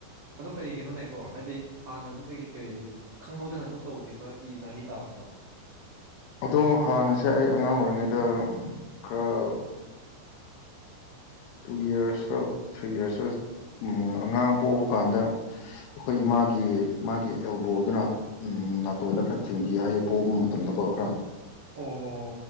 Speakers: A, on the right (about 90°); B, on the left (about 75°).
A: ꯑꯗꯨ ꯀꯔꯤꯒꯤꯅꯣꯅꯦꯀꯣ ꯍꯥꯏꯗꯤ ꯍꯥꯟꯅꯗꯨꯗꯒꯤ ꯀꯔꯤ ꯈꯪꯍꯧꯗꯅ ꯑꯗꯨꯝ ꯇꯧꯈꯤꯕ꯭ꯔꯥ ꯏ ꯅꯥꯍꯤ ꯇꯥꯕꯗꯣ <inaudible>
B: ꯑꯗꯣ ꯍꯥꯟꯅꯁꯦ ꯑꯩ ꯑꯉꯥꯡ ꯑꯣꯏꯔꯤꯉꯩꯗ ꯈꯔ ꯇꯨ ꯏꯌꯔꯁ ꯔ ꯊ꯭ꯔꯤ ꯏꯌꯔꯁ ꯔ ꯑꯉꯥꯡ ꯄꯣꯛꯑꯕ ꯀꯥꯟꯗ ꯑꯩꯈꯣꯏ ꯏꯃꯥꯒꯤ ꯃꯥꯒꯤ ꯑꯦꯜꯕꯣꯗꯨꯅ ꯎꯝ ꯅꯥꯇꯣꯟꯗ ꯈꯔ ꯊꯦꯡꯕꯤ ꯍꯥꯏꯌꯦ ꯄꯣꯕ ꯃꯇꯝꯗꯀꯣ ꯈꯔ
A: ꯑꯣ